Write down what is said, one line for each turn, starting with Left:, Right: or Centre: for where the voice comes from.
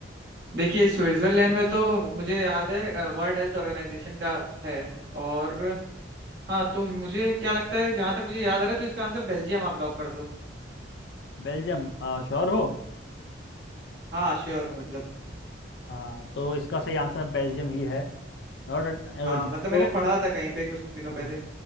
Right: देखिए स्विट्जरलैंड में तो मुझे याद है वर्ल्ड हेल्थ ऑर्गेनाइजेशन का है और हाँ तो मुझे क्या लगता है जहां तक मुझे याद आ रहा है तो इसका आंसर बेल्जियम आप लॉक कर दो
Left: बेल्जियम आ, श्योर हो
Right: हाँ श्योर हूँ मतलब
Left: हाँ तो इसका सही आंसर बेल्जियम ही है और
Right: हाँ
Left: नाटो
Right: मतलब मैंने पढ़ा था कहीं पे कुछ दिनों
Left: हाँ
Right: पहले